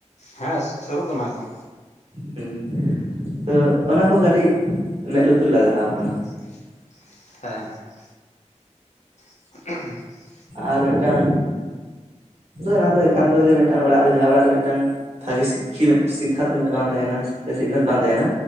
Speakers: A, on the left; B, on the right.
A: ᱦᱮᱸ ᱥᱩᱨᱩᱜ ᱠᱟᱱᱟᱭ ᱛᱚ
B: ᱦᱮᱸ ᱛᱚ ᱚᱱᱟ ᱠᱚ ᱠᱟᱹᱴᱤᱡ ᱢᱮᱸᱫ ᱞᱩᱛᱩᱨ ᱞᱟᱜᱟᱜᱼᱟ ᱵᱚᱱᱟ
A: <unintelligible> <inaudible> <inaudible>
B: ᱟᱨ ᱢᱤᱫᱴᱟᱝ ᱚᱱᱟ ᱫᱚ ᱮᱠᱟᱱᱛᱚ ᱜᱮ ᱢᱤᱫᱴᱟᱝ ᱚᱲᱟᱜ ᱨᱮ ᱡᱟᱦᱟᱸ ᱚᱲᱟᱜ ᱨᱮ ᱢᱤᱫᱴᱟᱝ ᱵᱷᱟᱜᱮ ᱥᱤᱠᱠᱷᱤ ᱥᱤᱠᱠᱷᱟᱛᱚ ᱢᱤᱫ ᱵᱟᱝ ᱛᱟᱦᱮᱱᱟᱮ ᱥᱤᱠᱷᱱᱟᱹᱛ ᱵᱟᱝ ᱛᱟᱦᱮᱱᱟ